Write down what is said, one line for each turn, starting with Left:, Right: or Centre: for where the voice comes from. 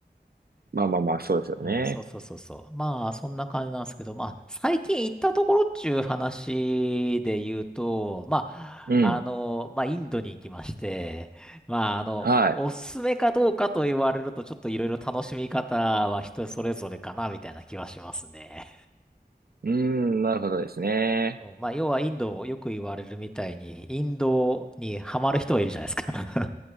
Right: まあまあまあ、そうですよね。
Centre: うん、そうそうそうそう。まあ、そんな感じなんですけど、まあ、最近行ったところっちゅう話で言うと、まあ、
Right: うん。
Centre: あの、まあ、インドに行きまして、まあ、あの、
Right: は
Centre: おすすめかどうかと言われると、ちょっといろいろ楽しみ方は人それぞれかな、みたいな気はしますね。
Right: い。うん、なるほどですね。
Centre: そうまあ、要はインド、よく言われるみたいに、インドにハマる人はいるじゃないですか。<laughs>